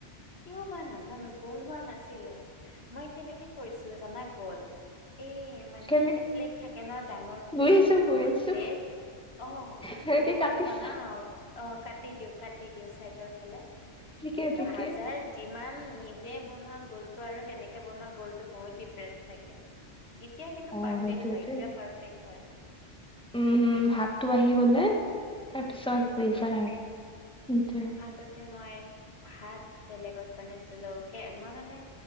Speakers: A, on the left; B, in the centre.
A: কিয় বা নাজানো? গ'ল হোৱা নাছিলে? মই কেনেকে কৰিছিলো জানা গ'ল এ- মানে
B: কেনে
A: এনেকে প্লেট থাকে থককে ন ডাঙৰ প্লেট
B: বুজিছো
A: যে
B: বুজিছো
A: গ'ল প্লেট, অ
B: সেনেকে
A: ৰুটিখন
B: কাটিছা
A: বনাও অত অ কাটি দিও কাটি দিওঁ চাইদৰ ফালে,
B: ঠিকে
A: কিন্তু
B: ঠিকে।
A: হাজাৰ যিমান নিজে বনোৱা গোলটো আৰু সেনেকে বনোৱা গোলটো বহুত ডিফাৰেন্স থাকে। ইতিয়াই কিন্তু
B: অ
A: পাৰফেক্ট
B: সেইটোৱেটো।
A: হয়, এতিয়া পাৰফেক্ট হয়।
B: উম হু, হাতটো আহি গলে তাৰ পিছত
A: উম
B: হৈ
A: হুম।
B: যায় আৰু সেইটোয়ে।
A: আগতে মই ভাত বেলেগত বনাইছিলো। কে মই মানে